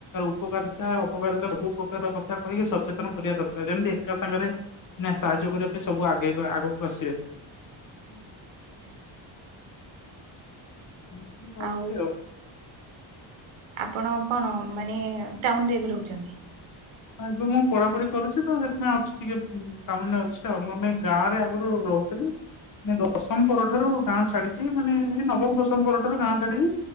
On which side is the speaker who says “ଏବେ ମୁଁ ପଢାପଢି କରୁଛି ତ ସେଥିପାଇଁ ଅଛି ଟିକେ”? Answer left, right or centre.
Left